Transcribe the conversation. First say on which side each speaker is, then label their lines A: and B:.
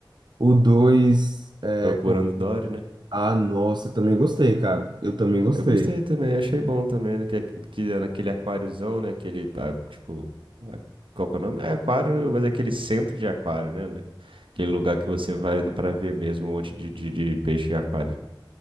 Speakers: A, on the right (about 60°); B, on the right (about 90°).
A: O 2, é,
B: Procurando
A: com...
B: Dory, né?
A: Ah, nossa, eu também gostei, cara. Eu também gostei.
B: Eu gostei também, achei bom também, né? Que, é- que é naquele aquáriozão, né? Aquele, ah, tipo, a- qual que é o nome? É aquário, mas é aquele centro de aquário, né? né? Aquele lugar que você vai indo pra ver mesmo um monte de, de, de peixe em aquário.